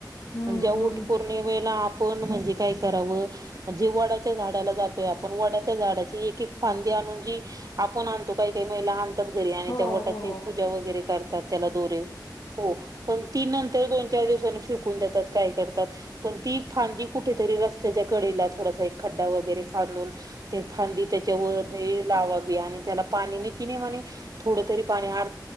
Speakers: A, on the left; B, on the right.
A: हम्म
B: ज्या वट
A: हम्म
B: पौर्णिमेला आपण म्हणजे काय कराव म्हणे वडाच्या झाडाला जातोय आपण वडाच्या झाडाची ते आणून जे आपण आणतो काही काही महिला आणतात घरी आणि
A: हो
B: त्या वटाची
A: हो
B: पूजा. पूजा वगैरे करतात त्याला दोरेव हो पण ती नंतर दोन चार दिवसांनी फेकून देतात काय करतात पण ती फांदी कुठेतरी रस्त्याच्या कडेला थोडास एक खड्डा वगैरे खांदून ती फांदी त्या त्यामुळे ती लावावी आणि त्यालापाणी निती नियमाने थोडं तरी पाणी अ